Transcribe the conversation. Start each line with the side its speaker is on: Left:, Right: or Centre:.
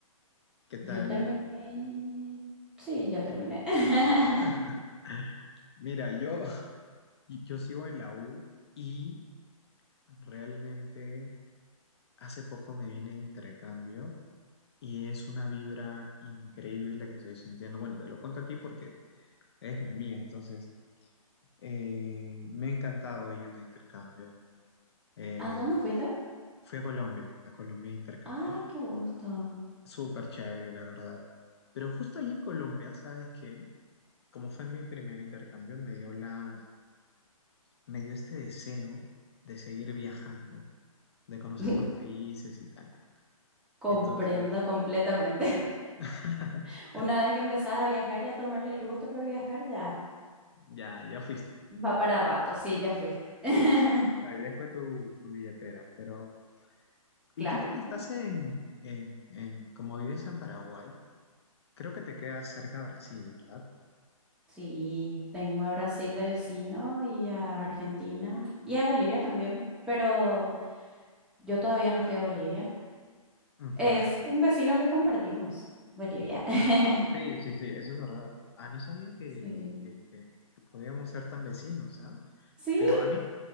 Left: ¿Qué tal?
Centre: Yo terminé. Sí, ya terminé. <laughs>
Left: <laughs> Mira, yo, <laughs> yo sigo en la U y realmente hace poco me vine de intercambio y es una vibra increíble la que estoy sintiendo. Bueno, te lo cuento a ti porque eres mi amiga, entonces Eh, me ha encantado ir de intercambio. Eh,
Centre: ¿A dónde fuiste?
Left: fui a Colombia, a Colombia de intercambio.
Centre: Ay, qué gusto.
Left: Súper chévere, la verdad. Pero justo ahí en Colombia, ¿sabes qué? Como fue mi primer intercambio, me dio la, me dio este deseo de seguir viajando, de conocer
Centre: <laughs>
Left: más países y tal.
Centre: Comprendo
Left: Entonces,
Centre: completamente.
Left: <laughs>
Centre: <laughs> Una vez que empezás a viajar y a tomarle el gusto por viajar, ya
Left: ya, ya fuiste.
Centre: va para rato. Sí, ya fuiste. <laughs>
Left: Exacto, ya fue tu, tu billetera, pero... ¿Y
Centre: Claro.
Left: tú cómo estás en, en, en, como vives en Paraguay? Creo que te quedas cerca de Brasil, ¿verdad?
Centre: Sí, tengo a Brasil de vecino y a Argentina y a Bolivia también, pero yo todavía no fui a Bolivia.
Left: Ujú,
Centre: Es
Left: entonces-
Centre: un vecino que compartimos, Bolivia. <laughs>
Left: Sí, sí, sí, eso es verdad. Ah, no sabía que,
Centre: Sí.
Left: que- que- que podíamos ser tan vecinos, ¿ah?
Centre: Sí,
Left: Pero a mí,